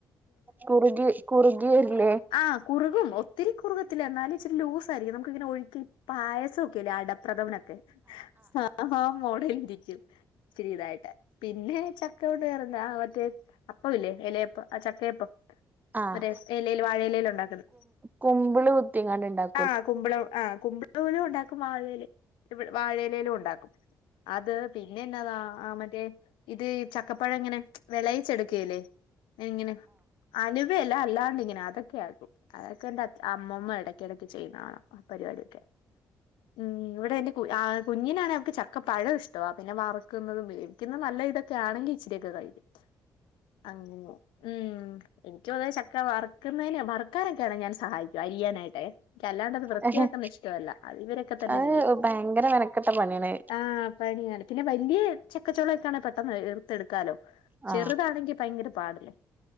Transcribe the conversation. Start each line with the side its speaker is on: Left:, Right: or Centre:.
Right: കുറുകി കുറുകിവരില്ലേ..
Left: ആഹ് കുറുകും ഒത്തിരി കുർ ഇല്ല എന്നാലും ഇച്ചരി ലൂസ ആയിരിക്കും നമുക്ക്ങ്ങെനെ. ഒഴുകി. പായസൊക്കെല്ലേ. അടപ്രഥമൻ ഒക്കെ അടപ്രദമനൊക്കെ.. ആഹ് മോഡൽരിക്കും. ഇച് രി ഇതായിട്ട് പിന്നെ ചക്ക കൊണ്ട്. വെറെന്താ മറ്റേ അപ്പവില്ലേ. യെലെ ആ ചക്കയപ്പം
Right: ആഹ്
Left: അത് എലേല് വാഴ എലെല് ഉണ്ടാക്കുന്ന
Right: കുബ്ള് കുത്തിങ്ങാണ്ട് ഇണ്ടാക്
Left: ആഹ് കുമ്പളം. ആ കുംബ് ലും ഉണ്ടാക്കും വാഴലേല് വാഴലേലും ഉണ്ടാക്കും അത് പിന്നെ എനാന്താ. ആ മറ്റേ ഇത് ചക്കപ്പഴം ഇങ്ങനെ വെളയിച്ചെടുകെലേ. എങ്ങനെ അലുവയല്ല. അല്ലാണ്ട് ഇങ്ങനെ അതൊക്കെയാകും. അതൊക്കെന്റെച്ച അമ്മമ്മോ എടയ്കെടയ്ക്ക് ചെയ്യുന്നെ കാണാ ആ പരിപാടിയൊക്കെ. ഇമ്മ് ഇവിടെ എന്റെ കു ആ കുഞ്ഞിനാണ് അവൻക്ക് ചക്ക ഒക്കെ പഴം ഇഷ്ടവ. പിന്നെ വറക്കുന്നുന്നതും. വേവിക്കുന്നത് നല്ല ഇതൊക്കെ ആണെങ്കി ഇച്ചിരിയക്കെ കഴിക്കും അങ്ങനെ ഇമ്മ് എന്നികു അതെ ചക്ക വറക്കുന്നയിനെ വറുക്കാനൊക്കെണ് ഞാൻ സഹായി അരിയ്യനായിട്ടെ.. ക്യ അല്ലാണ്ട് അത് വൃത്തിയാക്കുന്ന
Right: ആഹ്
Left: ഇഷ്ടല്ല അത് ഇവരൊക്കെ തന്നെ
Right: അത്
Left: ചെയ്യും
Right: ഭയങ്കര മെനക്കെട്ട പണിയാണ്
Left: ആഹ് പണിയാണ് പിന്നെ പയ് ങ്കി. ചെക്കച്ചോള ഒക്കാണ. പെട്ടെന്ന് എർത്തെടുക്കാലോ. ചെറുതാണെങ്കി
Right: ആഹ്
Left: ഭയങ്കര പാടല്ലേ